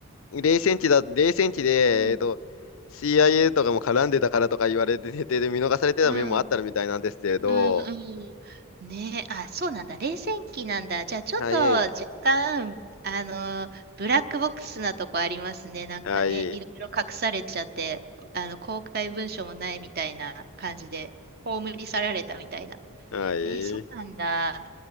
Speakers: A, on the left; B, on the right.
A: 冷戦地だ、冷戦地で、
B: うん。
A: えっと、CIA とかも絡んでたからとか言われてて、で、見逃されてた面もあったみたいなんですけれど、
B: うん。うんうん。ねえ、あ、そうなんだ。冷戦期なんだ。じゃあ、ちょっと若干、
A: はい、
B: あの、ブラックボックスなとこありますね。なんかね、
A: はい、
B: いろいろ隠されちゃって、あの、公開文書もないみたいな感じで、葬り去られたみたいな。
A: はい。
B: え、そうなんだ。